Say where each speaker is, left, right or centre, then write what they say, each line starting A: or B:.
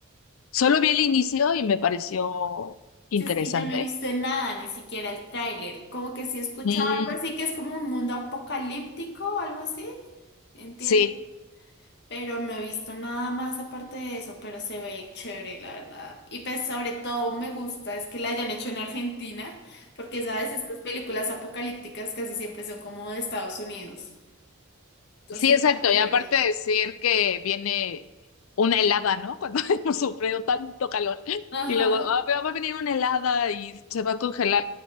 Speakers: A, on the left; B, on the left.
A: Solo vi el inicio y me pareció interesante.
B: Yo es que yo no he visto nada, ni siquiera el tráiler. Como que sí he escuchado
A: Mm,
B: algo así que es como un mundo apocalíptico o algo así, entiendo.
A: sí.
B: Pero no he visto nada más aparte de eso, pero se ve chévere, la verdad. Y pues sobre todo me gusta es que la hayan hecho en Argentina, porque sabes, estas películas apocalípticas casi siempre son como de Estados Unidos. Entonces
A: Sí, exacto.
B: está chévere.
A: Y aparte decir que viene una helada, ¿no? Cuando <laughs> hemos sufrido tanto calor.
B: Ajá.
A: Y luego, "Ah, pero va a venir una helada y se va a congelar.